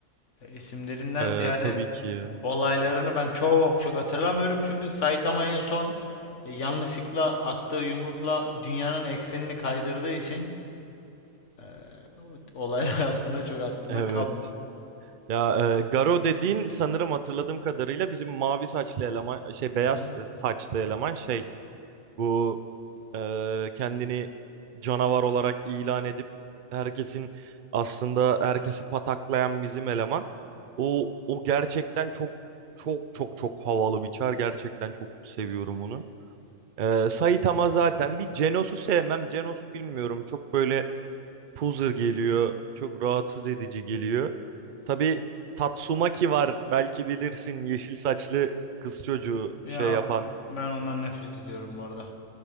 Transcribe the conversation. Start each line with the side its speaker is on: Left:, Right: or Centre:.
Left: E, isimlerinden
Right: Ee,
Left: ziyade
Right: tabii ki.
Left: olaylarını ben çok çok hatırlamıyorum. Çünkü Saitama en son e, yanlışlıkla attığı yumrukla dünyanın eksenini kaydırdığı için e, olaylar <laughs> aslında çok aklımda
Right: Evet.
Left: kalmıyor.
Right: Ya e, Garo dediğin sanırım hatırladığım kadarıyla bizim mavi saçlı eleman şey beyaz
Left: Hı hı.
Right: saçlı eleman şey bu e, kendini canavar olarak ilan edip herkesin aslında herkesi pataklayan bizim eleman. O o gerçekten çok çok çok çok havalı bir çar. Gerçekten çok seviyorum onu. Ee, Saitama zaten bir Genos'u sevmem. Genos bilmiyorum çok böyle Puzzer geliyor. Çok rahatsız edici geliyor. Tabii Tatsumaki var. Belki bilirsin yeşil saçlı kız çocuğu
Left: Ya
Right: şey yapan.
Left: ben ondan nefret ediyorum bu arada.